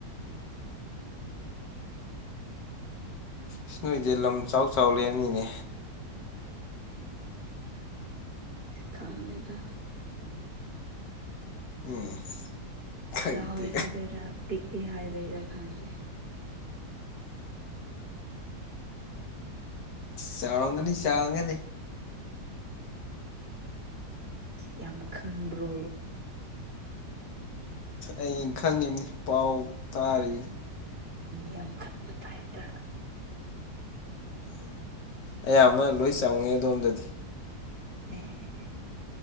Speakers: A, on the left; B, on the right.
A: ꯁꯤ ꯅꯣꯏꯗꯤ ꯂꯝ ꯆꯥꯎ ꯆꯥꯎ ꯂꯩꯔꯕꯅꯤꯅꯦ
B: ꯈꯪꯗꯦꯗꯥ
A: ꯎꯝ ꯈꯪꯗꯦ
B: ꯆꯥꯎꯋ ꯍꯥꯏꯗꯣꯏꯔꯥ ꯄꯤꯛꯏ ꯍꯥꯏꯗꯣꯏꯔꯥ ꯈꯪꯗꯦ
A: ꯆꯥꯎꯔꯝꯒꯅꯤ ꯆꯥꯎꯔꯝꯒꯅꯤ
B: ꯌꯥꯝ ꯈꯪꯕ꯭ꯔꯣ
A: ꯑꯩꯅ ꯈꯪꯉꯤꯕꯅꯤ ꯄꯥꯎ ꯇꯥꯔꯤꯕꯅꯤ
B: ꯌꯥꯝꯈꯟꯕ ꯇꯥꯏꯞꯇ
A: ꯑꯌꯥꯝꯕ ꯂꯣꯏ ꯆꯪꯉꯦ ꯑꯗꯣꯝꯗꯗꯤ
B: ꯑꯦ